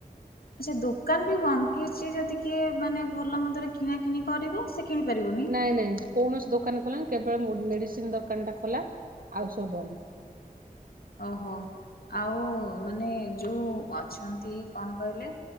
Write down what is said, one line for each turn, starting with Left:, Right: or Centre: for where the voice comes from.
Left: ଆଚ୍ଛା ଦୋକାନ ବି ବନ୍ଦ କିଛି ଯଦି କିଏ ମାନେ ଭଲ ମନ୍ଦରେ କିଣା କିିଣି କରିବ ସେ କିଣି ପାରିବନି।
Right: ନାଇଁ ନାଇଁ କୌଣସି ଦୋକାନ ଖୋଲାନି କେବଳ ମେଡିସିନ ଦୋକାନ ଟା ଖୋଲା ଆଉ ସବୁ ବନ୍ଦ।
Left: ଓହୋ। ଆଉ ମାନେ ଯୋଉ ଅଛନ୍ତି କଣ କହିଲେ